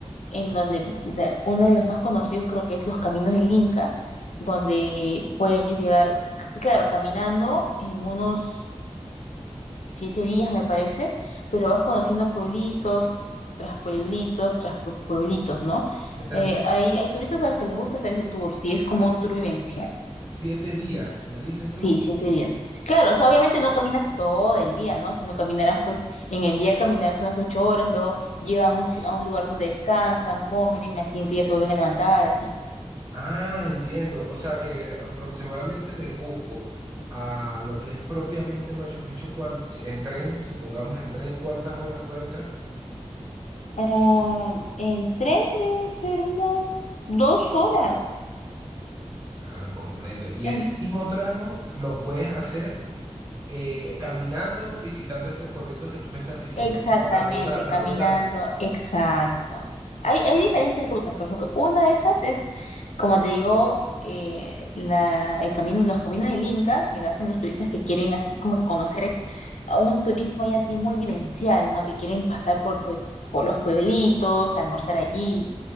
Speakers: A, on the left; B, on the right.
A: en donde de- uno de los más conocidos creo que es los Caminos del Inca, donde puedes llegar, c- claro, caminando en unos siete días, me parece, pero vas conociendo pueblitos, tras pueblitos, tras pu- pueblitos, ¿no?
B: ¿Me estás
A: Eh,
B: diciendo?
A: hay, hay turistas a los que les gusta hacer ese tour, sí, es como un tour vivencial.
B: Siete días, me dices tú.
A: Sí, siete días. Claro, o sea, obviamente no caminas todo el día, ¿no? Sino caminarás, pues, en el día caminarás unas ocho horas, luego llegan a un, ci- a un lugar donde descansan, comen, al siguiente día se vuelven a levantar, así.
B: Ah, entiendo. O sea que aproximadamente de Cusco a lo que es propiamente Machu Picchu, ¿cuán- si- en tren, supongamos en tren, ¿cuántas horas pueden ser?
A: Ah, en tren deben ser unas dos horas.
B: Ah, comprendo. Y
A: En
B: ese mismo tramo lo puedes hacer eh, caminando, visitando estos pueblitos que tú me estás diciendo.
A: Exactamente,
B: Es como la ruta, la
A: caminando,
B: ruta del...
A: exacto. Hay, hay diferentes rutas, por ejemplo, una de esas es, como te digo, eh, la- el camino, los caminos del Inca, que lo hacen los turistas que quieren así como conocer ex- a un turismo ya así muy vivencial, ¿no? Que quieren pasar por, pue- por los pueblitos, almorzar allí,